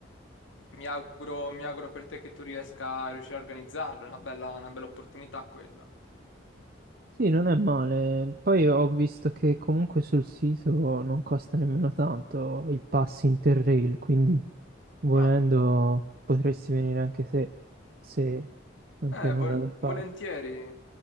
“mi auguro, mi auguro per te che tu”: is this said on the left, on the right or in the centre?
Left